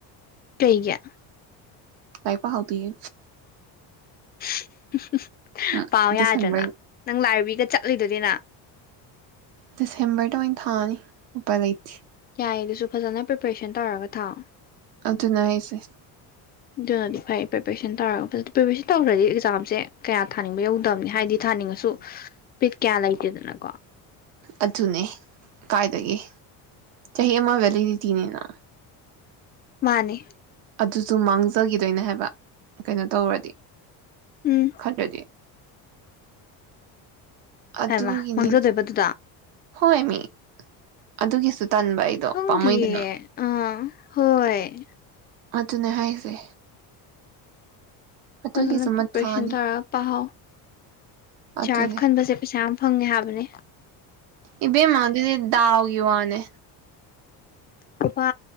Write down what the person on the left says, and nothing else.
ꯀꯩꯒꯤ
<unintelligible>
ꯄꯥꯎ
ꯌꯥꯗ꯭ꯔꯅ ꯅꯪ ꯂꯥꯏꯕ꯭ꯔꯤꯗꯥ ꯆꯠꯂꯤꯗꯨꯅꯤꯅ
ꯌꯥꯏ ꯑꯗꯨꯁꯨ ꯐꯖꯅ ꯄ꯭ꯔꯤꯄꯦꯔꯦꯁꯟ ꯇꯧꯔꯒ ꯊꯧ
ꯑꯗꯨꯅꯗꯤ ꯐꯩ ꯄ꯭ꯔꯤꯄꯦꯔꯦꯁꯟ ꯇꯧꯔꯒ ꯐꯖ ꯄ꯭ꯔꯤꯄꯦꯔꯦꯁꯟ ꯇꯧꯗ꯭ꯔꯗꯤ ꯑꯦꯛꯖꯥꯝꯁꯦ ꯀꯌꯥ ꯊꯥꯅꯤꯡꯕ ꯌꯧꯗꯕꯅꯤ ꯍꯥꯏꯗꯤ ꯊꯥꯅꯤꯡꯉꯁꯨ ꯕꯤꯠ ꯀꯌꯥ ꯂꯩꯇꯦꯗꯅꯀꯣ
ꯃꯥꯅꯤ
ꯎꯝ
ꯍꯥꯏꯕ ꯃꯥꯡꯖꯗꯣꯏꯕ ꯑꯗꯨꯗꯣ
ꯈꯪꯗꯤꯌꯦ
ꯑꯥ ꯍꯣꯏ
ꯐꯖꯥꯅ ꯄꯤꯄꯔꯦꯁꯟ
ꯇꯧꯔ ꯄꯥꯎ ꯍꯧ
ꯆꯖꯥ ꯈꯟꯕꯁꯦ ꯄꯩꯁꯥ ꯐꯪꯉꯦ ꯍꯥꯏꯕꯅꯤ
ꯂꯨꯄꯥ